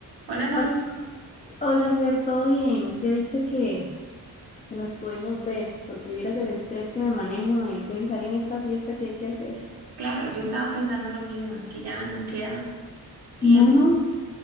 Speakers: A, on the right; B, on the left.
A: Hola Sol,
B: Hola, hola, Cer, ¿todo bien? Qué dicha que, que nos pudimos ver, porque vieras el estrés que me manejo de pensar en esta fiesta que hay que hacer.
A: claro, yo estaba pensando lo mismo, es que ya no queda tiempo,
B: No, no,